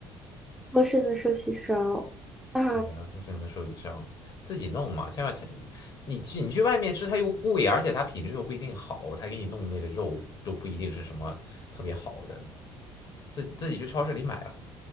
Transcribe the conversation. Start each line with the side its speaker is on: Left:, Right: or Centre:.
Centre: 丰盛的寿喜烧啊，
Left: 对啊，丰盛的寿喜上自己弄嘛，千万千你去你去外面吃它又贵，而且它品质又不一定好，它给你弄那个肉都不一定是什么特别好的，自自己去超市里买了。